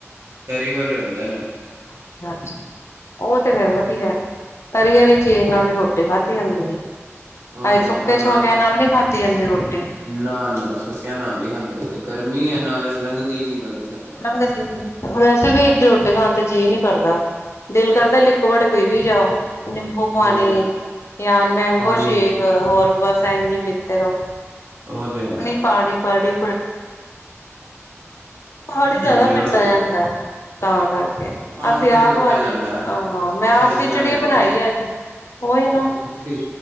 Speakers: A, on the right (about 65°); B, on the left (about 65°).
A: ਤਰੀ ਵਾਲੇ ਹੁੰਦੇ ਨੇ
B: ਅੱਛਾ ਅੱਛਾ ਉਹ ਤੇ ਫੇਰ ਵਧੀਆ, ਤਰੀ ਆਲੀ ਚੀਜ਼ ਨਾਲ ਈ ਰੋਟੀ ਰੋਟੀ ਖਾਧੀ ਜਾਂਦੀ ਹੈ,
A: ਉਹ
B: ਹਾਂਜੀ
A: ਤੇ
B: ਸੁੱਕੇ
A: ਹਾਂ
B: ਛੋਲਿਆਂ ਨਾਲ ਨੀ ਖਾਧੀ ਜਾਂਦੀ ਰੋਟੀ
A: ਨਾ ਨਾ ਸੁੱਕਿਆ ਨਾਲ ਨੀ ਖਾਂਦੀ ਜਾਂਦੀ, ਗਰਮੀ ਹੈ ਨਾਲੇ ਲੰਘਦੀ ਨੀ ਗੱਲੇ ਸਾਡੇ
B: ਨਹੀ, ਵੈਸੇ ਵੀ ਰੋਟੀ ਖਾਣ ਤੇ ਜੀਅ ਨੀ ਕਰਦਾ ਦਿਲ ਕਰਦਾ ਲਿਕੁਡ ਪੀ ਵੀ ਜਾਓ ਨਿੰਬੂ ਪਾਣੀ
A: ਉਹ ਤੇ ਹੈ
B: ਯਾ ਮੈਂਗੋ
A: ਪਾਣੀ
B: ਸ਼ੇਕ ਹੋਰ ਬਸ ਐਂਜ ਈ ਪੀਤੇ ਰੋ
A: ਉਹ ਤੇ ਹੇ
B: ਪਾਣੀ ਪਾਣੀ ਪੜ ਪਾਣੀ
A: ਹਾਂਜੀ
B: ਜਿਆਦਾ ਪਿਤਾ
A: ਉਹ ਤੇ
B: ਜਾਂਦੇ,
A: ਹੈ
B: ਤਾਂ ਕਰਕੇ
A: ਪਾਣੀ
B: ਅਸੀਂ
A: ਤੇ
B: ਆਪ
A: ਪੀਤਾ
B: ਅੱਜ,
A: ਜਾਂਦਾ ਹੈ
B: ਹਾਂ ਮੈਂ
A: ਸਰਦੀਆਂ
B: ਆਪ ਖਿਚੜੀ
A: ਵਿੱਚ
B: ਬਨਾਈ
A: ਨਾ
B: ਏ ਅੱਜ ਉਈ ਨਾ,
A: ਅੱਛਾ ਖਿਚੜੀ